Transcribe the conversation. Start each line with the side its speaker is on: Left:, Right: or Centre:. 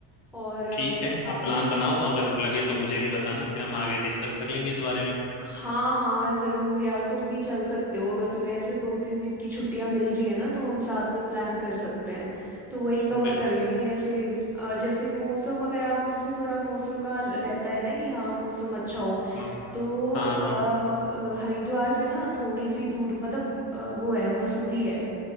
Centre: और
Left: ठीक है आप प्लान बनाओ अगर लगे तो मुझे भी बताना फिर हम आगे डिस्कस कर लेंगे इस बारे में
Centre: हाँ हाँ जरूर यार तुम भी चल सकते हो अगर तुम्हें ऐसे दो तीन दिन की छुट्टियां मिल रही है ना तो हम साथ में प्लान कर सकते हैं तो वही कवर
Left: बिल्कुल
Centre: कर लेंगे ऐसे अ, जैसे मौसम अगर आपको जैसे थोड़ा मौसम का ल- रहता है ना कि हाँ मौसम अच्छा हो
Left: हाँ
Centre: तो
Left: हाँ
Centre: अ,
Left: हाँ
Centre: अ, हरिद्वार से ना थोड़ी सी दूर मतलब अ, वो है मसूरी है